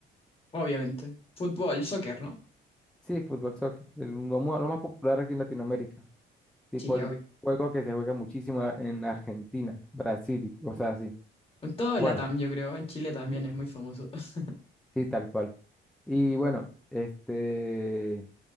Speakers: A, on the left (about 30°); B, in the centre.
A: Obviamente. Fútbol, soccer, ¿no?
B: Sí, fútbol soccer, el- lo, mu- lo más popular aquí en Latinoamérica. Tipo
A: Sí,
B: el
A: obvio.
B: juego que se juega muchísimo a- en Argentina, Brasil y cosas así.
A: En todo el
B: Bueno,
A: LATAM, yo creo. En Chile también
B: Ujú.
A: es muy famoso. <laughs>
B: sí, tal cual. Y bueno, este, en